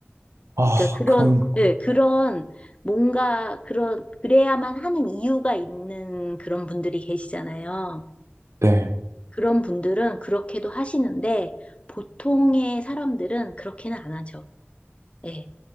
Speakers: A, on the right (about 85°); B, on the left (about 25°).
A: 아,
B: 그러니까 그런,
A: 그럼,
B: 예, 그런 뭔가 그런 그래야만 하는 이유가 있는 그런 분들이 계시잖아요.
A: 네.
B: 그런 분들은 그렇게도 하시는데 보통의 사람들은 그렇게는 안 하죠. 예.